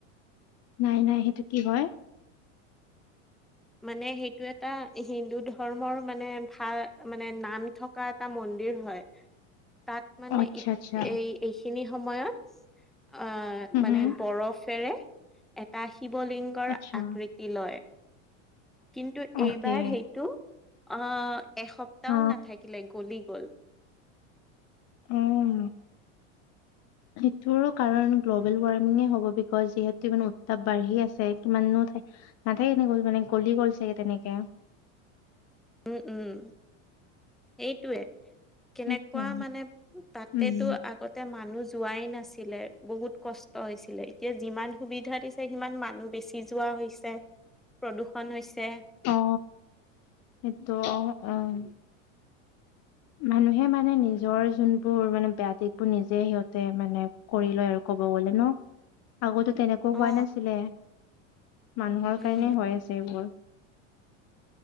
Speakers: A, on the left (about 40°); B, in the centre.
A: নাই নাই সেইটো কি হয়?
B: মানে সেইটো এটা হিন্দু ধৰ্মৰ মানে ভাল মানে নাম থকা এটা মন্দিৰ হয়। তাত মানে
A: অ আচ্ছা
B: ই
A: আচ্ছা
B: এই এইখিনি সময়ত আহ
A: হুম
B: মানে
A: হুম
B: বৰফেৰে এটা শিৱলিংগৰ
A: আচ্ছা
B: আকৃ তি লয়। কিন্তু এইবাৰ
A: অকে
B: সেইটো আহ এসপ্তাহও
A: অ
B: নাথাকিলে গলি গল। <inaudible>
A: উম সেইটোৰো কাৰণ গ্ল'বেল ৱাৰ্মিঙ হ'ব বিকজ যিহেতু ইমান উত্তাপ বাঢ়ি আছে কিমানো ঠা নাথাকেনে এনেকে গল মানে গলি গল চাগে তেনেকে।
B: উম উম সেইটোৱে। কেনেকুৱা
A: সেইটোৱে
B: মানে তাপেতো
A: উম
B: আগত তে মানুহ যোৱাই নাছিলে বহুত কষ্ট হৈছিলে এতিয়া যিমান সুবিধা দি ছে সিমান মানুহ বেচি যোৱা হৈছে, প্ৰদূষণ হৈছে।
A: অ সেইটো অ অহ। মানুহে মানে নিজৰ যোনবোৰ মানে বেয়া দিশবোৰ নিজে সিহঁতে মানে কৰি লয় আৰু ক'ব গ'লে ন আগতো কেনে কবা
B: অ
A: নাছিলে, মানুহৰ
B: উম
A: কাৰণে হৈ আছে এইবোৰ।